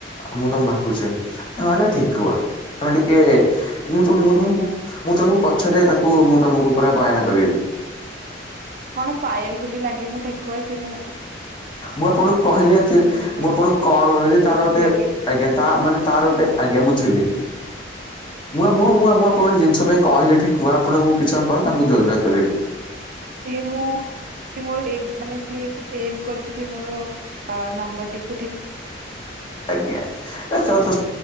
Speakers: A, on the left; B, on the right.
A: ମୁଁ ତମକୁ ଭାବୁଚି ତମ ନା ହେଲା ଠେକୁଆ। ତମେ ଟିକେ ମୁଁ-ତମୁ-ମୁଁ-ତମୁ-ମୁଁ ତମକୁ ପଛରେ ତାକୁ ମୁଁ ତମକୁ ପୁରା ବୟାନ କରେଇବି।
B: କଣ ପାଏଲକୁ ବି ଲାଗେ ମୁଁ ଠେକୁଆ ସିଏ ମୋ
A: ମୁଁ ଆପଣଙ୍କୁ କହିଲି ଆକଚୁଲି
B: ମିତ୍ରକୁ
A: ମୁଁ ଆପଣଙ୍କୁ କହିଲି ତାର ଗୋଟେ
B: ବି ଲାଗେ
A: ଆଜ୍ଞା। ତା ମାନେ ତାର ଗୋଟେ ଆଜ୍ଞା ବୁଝିଲି। ମୁଁ ମୁଁ ମୁଁ ମୁଁ ଆପଣ ଙ୍କୁ ଗୋଟେ ଜିଷ ପାଇଁ କିହିଲେ ଠେକୁଆ ଆପଣ କୁ ମୁଁ କିଛି ସମୟ ପରେ ତାଙ୍କୁ ଯୋଗାଯୋଗ କରେଇବି।
B: ସିଏ ମୁଁ ମାନେ ମୋର ସେବ ମାନେ ସିଏ ଏଠୁ ସେବ କରି ଚନ୍ତି ମୋର ନମ୍ବର ଟି
A: ଆଜ୍ଞା ଏ <unintelligible> ଛାଡ଼।